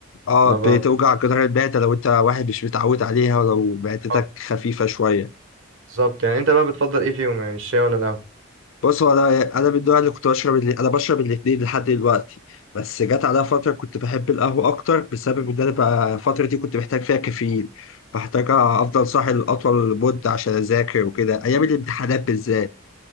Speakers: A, on the left; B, on the right.
A: آه
B: ب...
A: بتوجع جدار المعدة لو أنت واحد مش متعود عليها ولو معدتك
B: آه،
A: خفيفة شوية
B: بالظبط يعني انت بقى بتفضل ايه فيهم يعني الشاي ولا القهوة
A: بص هو انا انا من النوع اللي كنت بشرب اللي انا بشرب الاثنين لحد دلوقتي بس جت عليا فتره كنت بحب القهوه اكتر بسبب ان انا بقى الفتره دي كنت محتاج فيها كافيين فاحتاج افضل صاحي لاطول مده عشان اذاكر وكده ايام الامتحانات بالذات